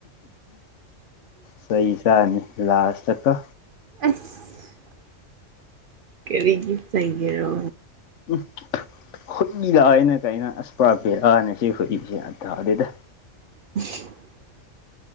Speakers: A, on the left; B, on the right.
A: ꯁꯩ ꯆꯥꯅꯤ ꯂꯥꯁ ꯇꯀ
B: ꯑꯁ ꯀꯔꯤꯒꯤ ꯆꯪꯔꯣ
A: ꯎꯝ ꯍꯨꯏꯗ ꯑꯩꯅ ꯀꯩꯅ ꯑꯁꯄ꯭ꯔꯥ ꯄꯤꯔꯛꯅ ꯁꯤ ꯍꯨꯏꯁꯤ ꯑꯊꯥꯗꯦꯗ
B: <unintelligible>